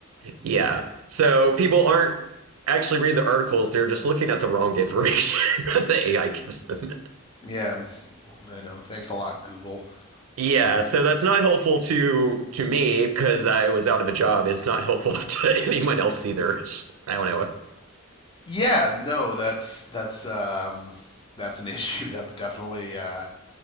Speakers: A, on the right; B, on the left.
A: yeah. So people aren't actually reading the articles, they're just looking at the wrong information <laughs> that the AI gives them.
B: Yeah. I know. Thanks a lot, Google.
A: Yeah,
B: Uh,
A: so that's not helpful to to me because I was out of a job. It's not helpful <laughs> to anyone else either. I don't
B: yeah. No, that's that's um that's an <laughs> issue. That's definitely uh